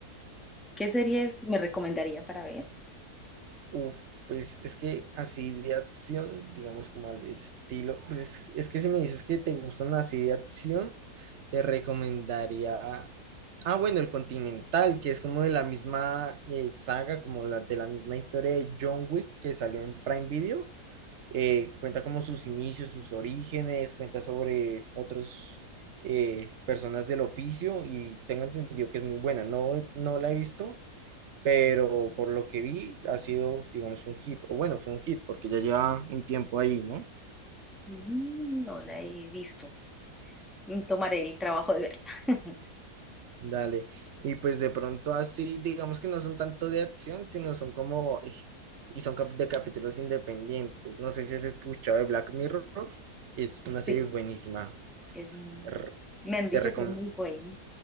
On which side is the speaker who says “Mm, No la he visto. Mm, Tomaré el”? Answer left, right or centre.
Centre